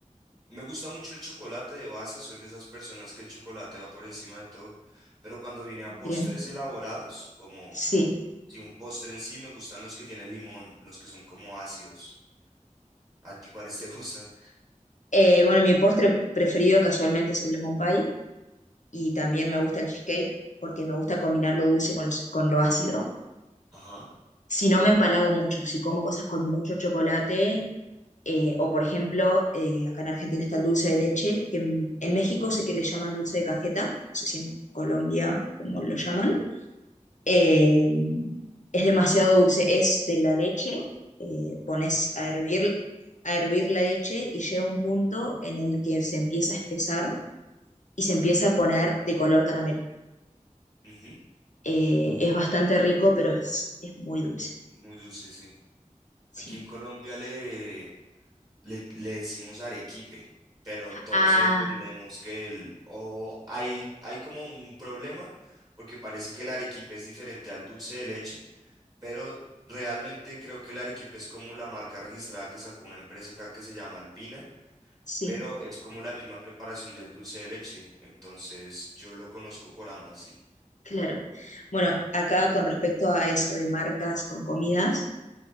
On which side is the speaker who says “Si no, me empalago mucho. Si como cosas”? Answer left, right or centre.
Left